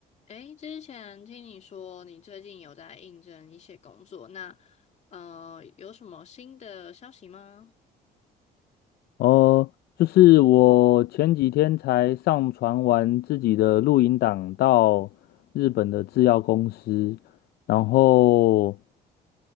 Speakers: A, on the left; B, on the left.
A: 诶，之前听你说你最近有在应征一些工作，那呃有什么新的消息吗？
B: 哦，就是我前几天才上传完自己的录音档到日本的制药公司，然后